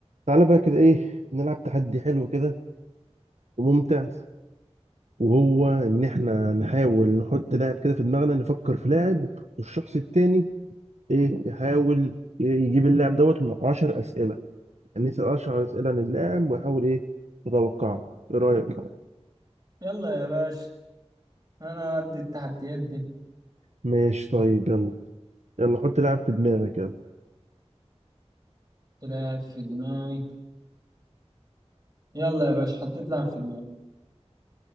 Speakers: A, on the right; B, on the right.
A: تعالى بقى كده ايه نلعب تحدي حلو كده وممتع وهو ان احنا نحاول نحط لاعب كده في دماغنا نفكر في لاعب والشخص التاني ايه يحاول إيه، يجيب اللاعب دوت من 10 اسئله يعني يسال 10 اسئله عن اللاعب ويحاول ايه يتوقعه ايه رايك
B: يلا يا باشا انا قد التحديات دي
A: ماشي طيب يلا يلا حط لاعب في دماغك يلا
B: تلعب في دماغي يلا يا باشا حطيت لعب في دماغي